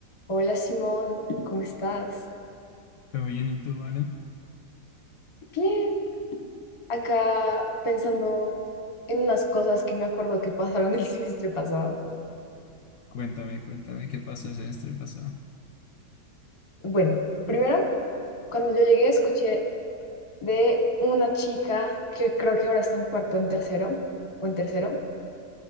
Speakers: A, on the left; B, on the left.
A: Hola Simón, ¿cómo estás?
B: ¿Todo bien y tú, vale?
A: Bien, acá pensando en unas cosas que me acuerdo que pasaron el <laughs> semestre pasado.
B: Cuéntame, cuéntame qué pasó el semestre pasado.
A: Bueno, primero, cuando yo llegué escuché de una chica que creo que ahora está en cuarto en tercero o en tercero,